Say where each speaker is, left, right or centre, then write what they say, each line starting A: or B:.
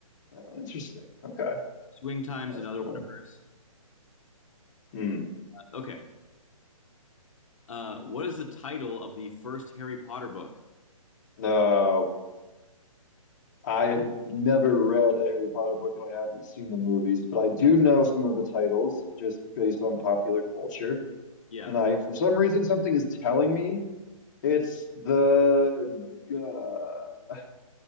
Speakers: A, on the left; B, on the left.
A: Oh, interesting. Okay.
B: swing time's
A: That's
B: another
A: cool.
B: one of hers
A: Hmm.
B: okay uh, what is the title of the first harry potter book
A: No, I've never read a Harry Potter book and I haven't seen the movies, but I do know some of the titles just based on popular culture.
B: yeah
A: And I, for some reason, something is telling me it's the uh,